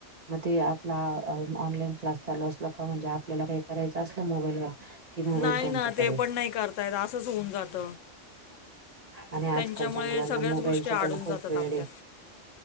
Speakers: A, on the right; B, on the left.
A: मग ते आपला ऑनलाईन क्लास चालू असला का म्हणजे आपल्याला काही करायच असल मोबाईलवर कि मोबाईल
B: नाही
A: त्यांच्याकडे
B: ना ते पण नाही करता येत असच होऊन जात.
A: आणि आजकालच्या
B: त्यांच्यामुळे
A: मुलांना
B: सगळ्याच
A: मोबाईलचा
B: गोष्टी आडून
A: पण खूप
B: जातात
A: वेळ
B: आपल्या.
A: आहे